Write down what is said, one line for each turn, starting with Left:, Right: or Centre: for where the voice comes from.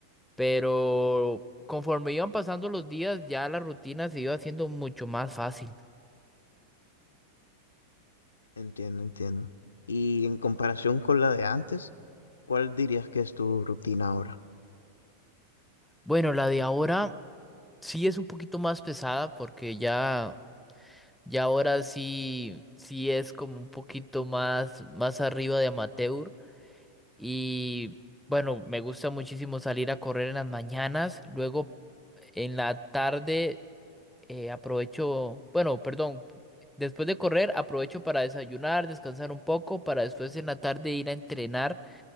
Centre: Pero conforme iban pasando los días, ya la rutina se iba haciendo mucho más fácil.
Left: Entiendo, entiendo. Y en comparación con la de antes, ¿cuál dirías que es tu rutina ahora?
Centre: Bueno, la de ahora sí es un poquito más pesada porque ya, ya ahora sí, sí es como un poquito más, más arriba de amateur. Y bueno, me gusta muchísimo salir a correr en las mañanas. Luego en la tarde eh, aprovecho, bueno, perdón. Después de correr, aprovecho para desayunar, descansar un poco, para después en la tarde ir a entrenar.